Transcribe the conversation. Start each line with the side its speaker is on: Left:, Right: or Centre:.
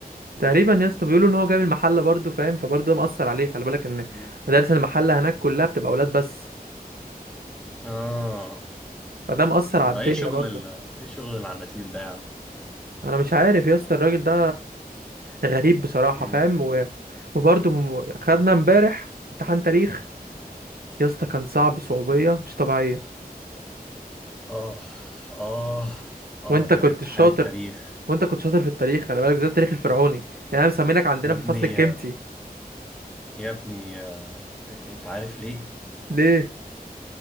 Right: تقريبا يا اسطى بيقولوا ان هو جاي من المحله برضه فاهم فبرضه ده مأثر عليه خلي بالك ان
Centre: مم.
Right: مدارس المحله هناك كلها بتبقى اولاد بس
Centre: اه
Right: فده مأثر
Centre: ده
Right: على الدنيا
Centre: ايه شغل
Right: برضه
Centre: ال ايه شغل العناتيل ده يا عم؟
Right: انا مش عارف يا اسطى الراجل ده غريب بصراحه
Centre: مم.
Right: فاهم و... وبرضه م- خدنا امبارح امتحان تاريخ يا اسطى كان صعب صعوبيه مش طبيعيه
Centre: اه اه اه
Right: وانت كنت
Centre: امتحان
Right: شاطر
Centre: التاريخ
Right: وانت كنت شاطر في التاريخ خلي بالك بالذات التاريخ الفرعوني يعني انا مسمينك عندنا
Centre: يا ابني
Right: في الفصل الكمتي
Centre: يا ابني آه، انت عارف ليه؟
Right: ليه